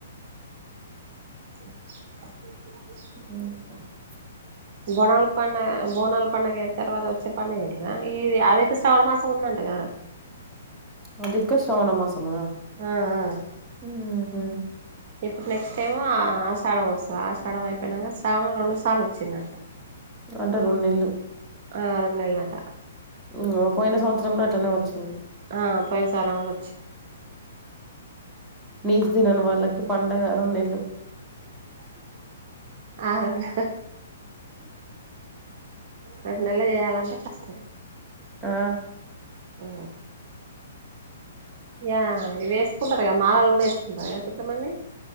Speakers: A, on the right (about 45°); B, in the centre.
A: కాలి
B: మ్
A: బోనాల్ పండగ, బోనాల్ పండగ అయిన తర్వాత వచ్చే పండగ ఏది నా ఏది అదైతే తవరుమాసం ఉందంట కదరా?
B: అదిక శ్రావణ మాసమ?
A: ఆ ఆ
B: మ్ హు
A: ఇప్పుడు నెక్స్ట్ ఏమో ఆషాఢం వస్తది. ఆషాఢం అయిపోయినాక శ్రావణం రెండు సార్లు వచ్చిందంట.
B: అంటే రొన్నేళ్లు
A: ఆ రొన్నెళ్లట.
B: మ్ పోయిన సంవత్సరం కూడా అట్లనే వచ్చింది.
A: ఆ పోయిన సారి కూడ్
B: నీచు తినని వాళ్ళకి పండగ రొన్నేళ్లు.
A: అవును రొన్నేళ్లు చేయాలంటే కష్టం
B: ఆ
A: ఆ యా ఇవి వేసుకుంటారు గా, మాలలు కూడ వేసుకుంటారు కద కొంతమంది.